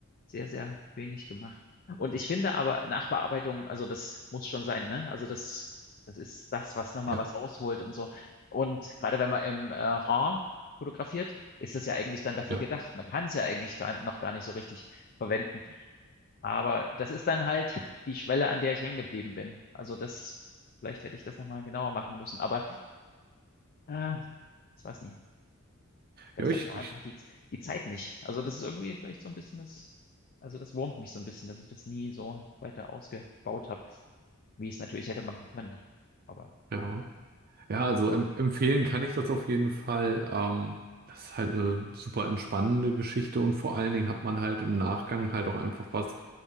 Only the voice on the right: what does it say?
Ja,
ja.
Ja, ich,
ich,
ja. Ja, also em empfehlen kann ich das auf jeden Fall. Ähm, das ist halt eine super entspannende Geschichte und vor allen Dingen hat man halt im Nachgang halt auch einfach was,